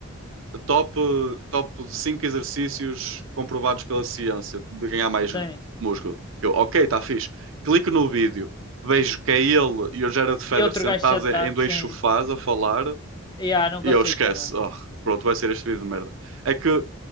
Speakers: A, on the right; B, on the left.
A: top, top 5 exercícios comprovados pela ciência de ganhar mais
B: sim.
A: músculo. Eu, ok, está fixe. Clico no vídeo, vejo que é ele e o Gerard Federer
B: E outro
A: sentados
B: gajo sentado,
A: em em dois
B: sim.
A: sofás a falar.
B: E ah, não
A: E
B: consigo
A: eu esquece.
B: também.
A: Oh, pronto, vai ser este vídeo de merda. É que,